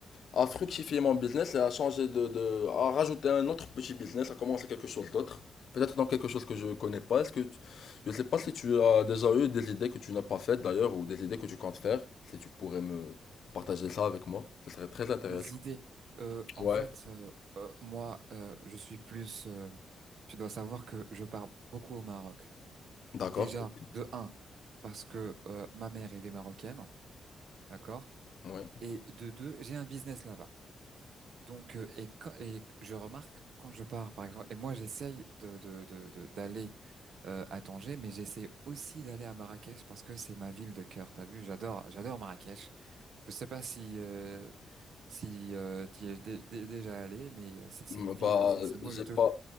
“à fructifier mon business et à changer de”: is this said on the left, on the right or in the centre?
Left